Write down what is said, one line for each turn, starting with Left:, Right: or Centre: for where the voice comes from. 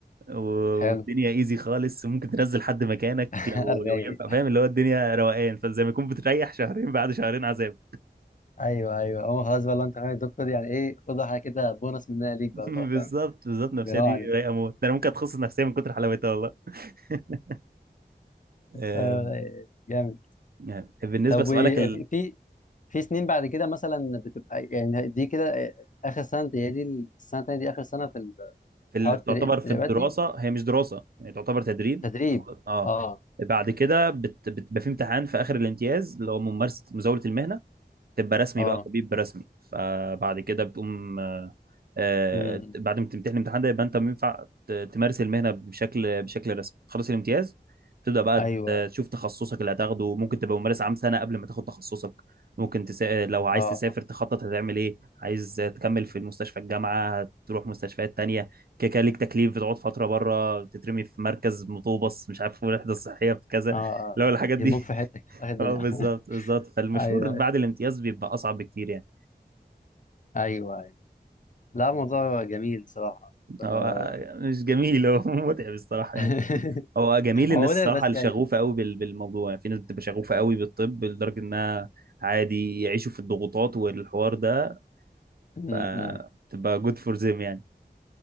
Right: والدنيا
Left: حلو
Right: ايزي خالص ممكن تنزل حد مكانك
Left: <laughs>
Right: لو
Left: الرايق
Right: لو ينفع فاهم اللي هو الدنيا روقان فزي ما يكون بتريح شهرين بعد شهرين عذاب
Left: ايوه ايوه هو خلاص بقى لو انت فاهم الدكتور دي يعني ايه خد حاجه كده بونص منها ليك
Right: <laughs>
Left: بقى الله
Right: بالظبط
Left: فاهم
Right: بالظبط النفسية
Left: بيراوغ
Right: دي
Left: عليك
Right: رايقة موت ده أنا ممكن أتخصص نفسية من كتر حلاوتها والله <laughs> آم،
Left: آه رايق. جامد
Right: يعني بالنسبة
Left: طب
Right: لسؤالك
Left: وفي
Right: ال...
Left: في في سنين بعد كده مثلا بتبقى يعني دي كده آه، اخر سنه دي دي السنه التانيه دي اخر سنه في ال-
Right: في
Left: في
Right: ال...
Left: حوار التدري-
Right: تعتبر
Left: التدريبات
Right: في الدراسه
Left: دي
Right: هي مش دراسه هي تعتبر تدريب
Left: تدريب
Right: اه
Left: اه
Right: بعد كده بت- بتبقى في امتحان في اخر الامتياز اللي هو ممارسه مزاوله المهنه تبقى رسمي
Left: اه
Right: بقى طبيب رسمي فبعد كده بتقوم آه، آه،
Left: امم
Right: بعد ما تمتحن الامتحان ده يبقى انت ينفع ت- تمارس المهنه بشكل بشكل رسمي خلص الامتياز تبدا بقى
Left: ايوه
Right: ت- تشوف تخصصك اللي هتاخده ممكن تبقى ممارس عام سنه قبل ما تاخد تخصصك ممكن تسا... لو عايز
Left: اه
Right: تسافر
Left: اه
Right: تخطط هتعمل ايه عايز تكمل في المستشفى الجامعه هتروح مستشفيات تانية كده كده ليك تكليف بتقعد فتره بره تترمي في مركز مطوبس مش عارف وحده صحيه في كذا
Left: اه آه.
Right: لو الحاجات
Left: يهموك
Right: دي
Left: في حتك اخر الدنيا
Right: اه بالظبط
Left: <laughs>
Right: بالظبط فالمشوار
Left: ايوه
Right: بعد الامتياز بيبقى اصعب بكتير يعني
Left: ايوه لا موضوع جميل صراحة آه.
Right: هو مش جميل هو <laughs> متعب الصراحه
Left: <laughs>
Right: يعني هو جميل
Left: هو
Right: الناس
Left: متعب
Right: الصراحه
Left: بس
Right: اللي
Left: يعني
Right: شغوفه قوي بال- بالموضوع يعني في ناس بتبقى شغوفه قوي بالطب لدرجه انها عادي يعيشوا في الضغوطات والحوار ده
Left: م-
Right: فتبقى
Left: م.
Right: جود فور ذيم يعني